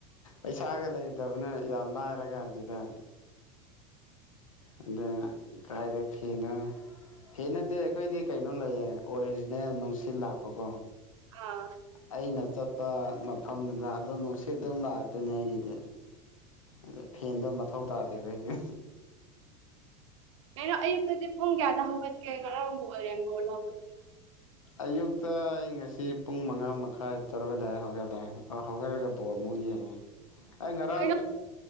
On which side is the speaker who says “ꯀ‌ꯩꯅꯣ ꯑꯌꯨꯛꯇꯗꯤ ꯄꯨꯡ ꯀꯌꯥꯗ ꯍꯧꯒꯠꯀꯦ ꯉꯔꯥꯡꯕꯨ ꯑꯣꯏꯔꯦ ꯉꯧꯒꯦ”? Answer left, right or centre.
Right